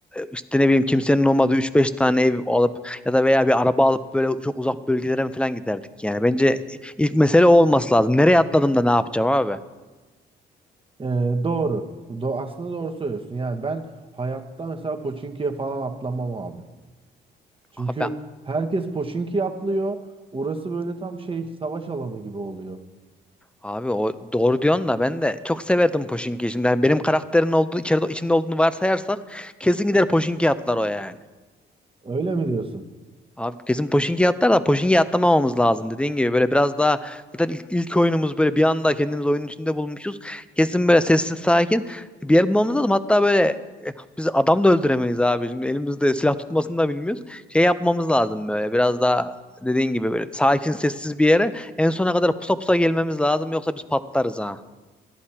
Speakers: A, in the centre; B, on the right.
A: işte ne bileyim kimsenin olmadığı 3-5 tane ev alıp ya da veya bir araba alıp böyle çok uzak bölgelere mi falan giderdik yani. Bence ilk mesele o olması lazım. Nereye atladım da ne yapacağım abi?
B: Ee, doğru. Do aslında doğru söylüyorsun. Yani ben hayatta mesela Pochinki'ye falan atlamam abi. Çünkü
A: Abi
B: herkes Pochinki'ye atlıyor. Orası böyle tam şey savaş alanı gibi oluyor.
A: abi o doğru diyorsun da ben de çok severdim Pochinki'yi. Şimdi yani benim karakterin olduğu içeride içinde olduğunu varsayarsak kesin gider Pochinki atlar o yani.
B: Öyle mi diyorsun?
A: Abi kesin Pochinki atlar da Pochinki atlamamamız lazım dediğin gibi böyle biraz daha zaten ilk, ilk oyunumuz böyle bir anda kendimiz oyunun içinde bulmuşuz. Kesin böyle sessiz sakin bir yer bulmamız lazım. Hatta böyle Biz adam da öldüremeyiz abi. Şimdi elimizde silah tutmasını da bilmiyoruz. Şey yapmamız lazım böyle. Biraz daha dediğin gibi böyle sakin sessiz bir yere en sona kadar pusa pusa gelmemiz lazım yoksa biz patlarız ha.